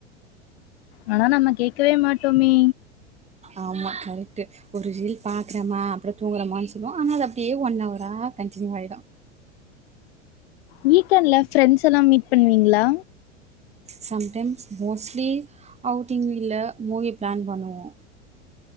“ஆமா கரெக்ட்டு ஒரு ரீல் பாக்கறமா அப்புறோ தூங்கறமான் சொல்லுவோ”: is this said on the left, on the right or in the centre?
Right